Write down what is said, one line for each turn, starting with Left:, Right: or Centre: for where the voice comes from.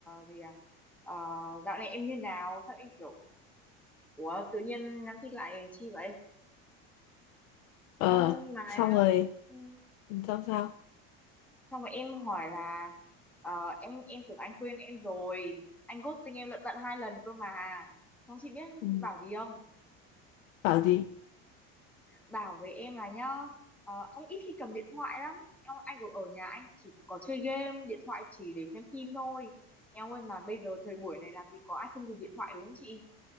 Centre: gì à Ờ, dạo này em như nào sao em kiểu ủa tự nhiên nhắn tin lại chi vậy
Left: Ờ,
Centre: xong mà
Left: xong rồi,
Centre: ừ,
Left: xong sao?
Centre: xong mà em hỏi là ờ, em em tưởng anh quên em rồi anh ghosting em lận tận hai lần cơ mà xong chị biết
Left: Ừ.
Centre: bảo gì không
Left: Bảo gì?
Centre: bảo với em là nhá ờ, anh ít khi cầm điện thoại lắm em anh ở ở nhà anh chỉ có chơi game điện thoại chỉ để xem phim thôi em ơi mà bây giờ thời buổi này làm gì có ai không dùng điện thoại đúng không chị